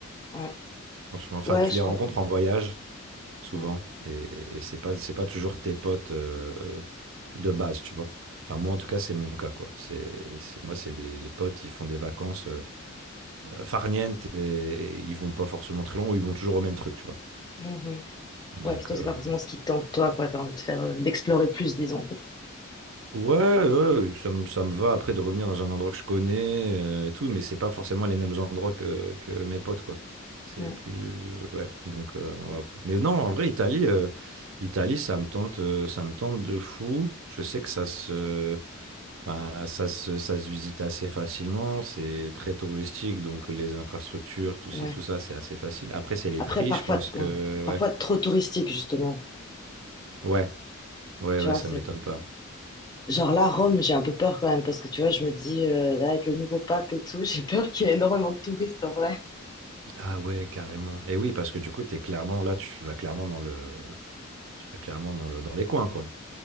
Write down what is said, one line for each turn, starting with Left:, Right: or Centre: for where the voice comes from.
Left: Ouais,
Right: Franchement, enfin,
Left: ouais,
Right: tu
Left: je
Right: les
Left: comprends.
Right: rencontres en voyage. souvent.
Left: Ouais,
Right: Et, et c'est pas, c'est pas toujours tes potes euh, euh, de base, tu vois. Enfin, moi, en tout cas, c'est mon cas, quoi. C'est, c'est, moi, c'est les, les potes, ils font des vacances euh, euh, farnientes et, et ils vont pas forcément très loin ou ils vont toujours au même truc, tu vois.
Left: mhm.
Right: Donc,
Left: Ouais, puis toi,
Right: euh,
Left: c'est pas forcément ce qui te tente, toi, quoi. T'as envie de faire, euh, d'explorer plus, disons.
Right: ouais, ouais, ça me, ça me va après de revenir dans un endroit que je connais euh, et tout, mais c'est pas forcément les mêmes endroits que, que mes potes, quoi. C'est
Left: Ouais,
Right: plus, ouais, donc, euh, voilà, quoi. Mais non, en vrai, Italie, euh, Italie, ça me tente, euh, ça me tente de fou. Je sais que ça se, Enfin, ça se, ça se visite assez facilement, c'est très touristique, donc les infrastructures, tout
Left: ouais.
Right: ci, tout ça, c'est assez facile. Après, c'est les
Left: Après,
Right: prix,
Left: parfois,
Right: je pense que,
Left: ouais. Parfois
Right: ouais,
Left: trop touristique, justement.
Right: ouais, ouais,
Left: Tu
Right: ouais,
Left: vois,
Right: ça
Left: c'est.
Right: m'étonne pas.
Left: Genre là, Rome, j'ai un peu peur quand même, parce que tu vois, je me dis, euh, là, avec le nouveau pape et tout, <laughs> j'ai peur qu'il y ait énormément de touristes en vrai.
Right: Ah ouais, carrément. Et oui, parce que du coup, t'es clairement, là, tu vas clairement dans le, tu vas clairement dans le, dans les coins, quoi.